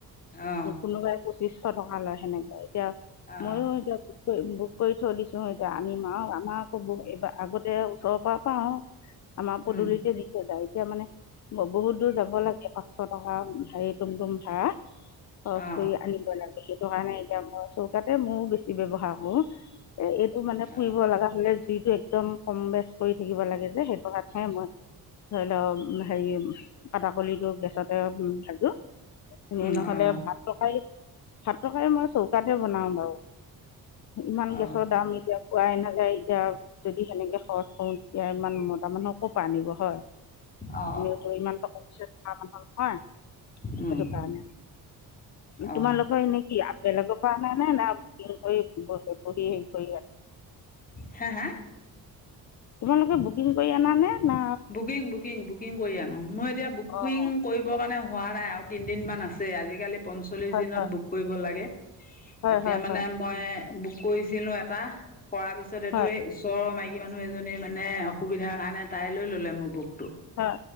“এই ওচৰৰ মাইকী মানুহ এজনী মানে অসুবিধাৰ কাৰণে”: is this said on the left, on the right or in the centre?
Left